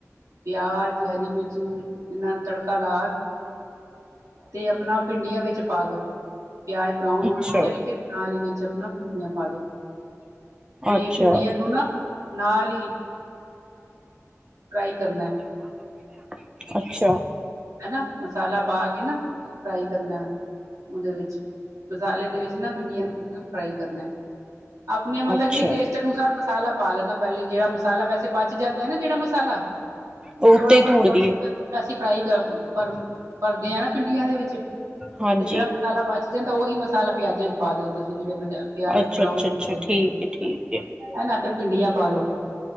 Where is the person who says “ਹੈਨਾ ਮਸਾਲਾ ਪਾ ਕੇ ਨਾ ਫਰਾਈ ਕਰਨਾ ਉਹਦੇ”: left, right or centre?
Right